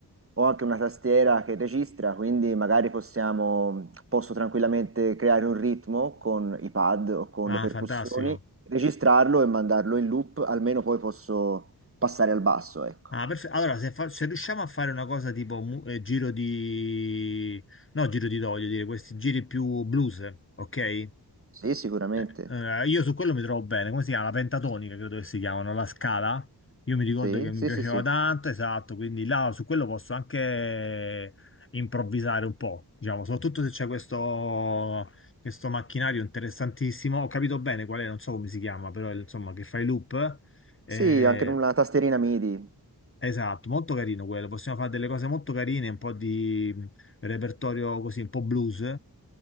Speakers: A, on the right; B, on the left.
A: ho anche una tastiera che registra, quindi magari possiamo, posso tranquillamente creare un ritmo con i pad o con
B: Ah,
A: le percussioni,
B: fantastico.
A: registrarlo e mandarlo in loop, almeno poi posso passare al basso, ecco.
B: Ah, perfe- Allora, se, fa- se riusciamo a fare una cosa tipo mu- eh, giro di... No, giro di do, voglio dire, questi giri più blues, ok?
A: Sì, sicuramente.
B: Eh, allora, io su quello mi trovo bene. Come si chiama? La pentatonica, credo che si chiamano, la scala. Io mi ricordo
A: Sì,
B: che mi
A: sì,
B: piaceva
A: sì, sì.
B: tanto, esatto, quindi là su quello posso anche improvvisare un po', diciamo, soprattutto se c'è questo, questo macchinario interessantissimo. Ho capito bene qual è, non so come si chiama, però insomma, che fai loop. Eh,
A: Sì, anche con una tastierina MIDI
B: esatto, molto carino quello. Possiamo fare delle cose molto carine, un po' di repertorio così, un po' blues.